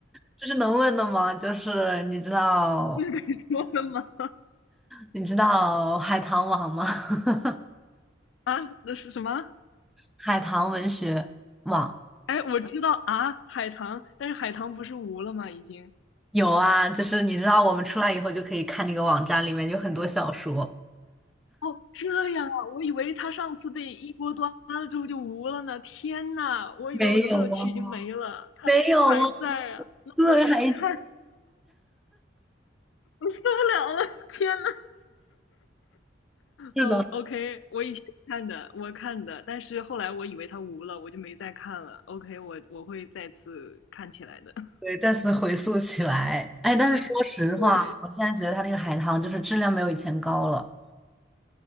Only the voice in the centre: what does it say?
这是能问的吗？就是你知道，
你知道海棠网吗？<laughs>
海棠文学网
有啊，就是你知道我们出来以后就可以看那个网站，里面有很多小说。
没有啊，
没有啊，
对，还一直
是的。
对，再次回溯起来，哎，但是说实话，
我现在觉得它那个海棠就是质量没有以前高了，